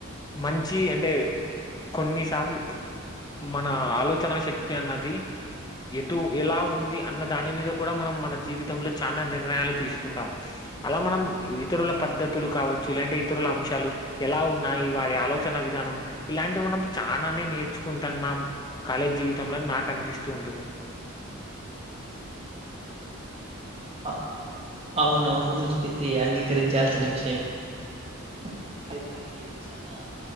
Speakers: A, on the left; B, on the right.
A: మంచి అంటే కొన్నిసార్లు మన ఆలోచనా శక్తి అన్నది. ఎటు ఎలా ఉంది అన్న దాని మీద కూడా మనం మన జీవితంలో చానా నిర్ణయాలు తీస్కుంటాం. అలా మనం ఇతరుల పద్ధతులు కావచ్చు లేదంటే ఇతరుల అంశాలు ఎలా ఉ ఉన్నాయి వారి ఆలోచన విధానం ఇలాంటి మనం చానానే నేర్చుకొంటున్నాం కాలేజ్ జీవితంలోని నాక్ అనిపిస్తూ ఉంటుంది.
B: అ అవునవును ను చేప్పిది అంగీకరించాల్సిన విషయం మనం లైఫ్ అనేది చానా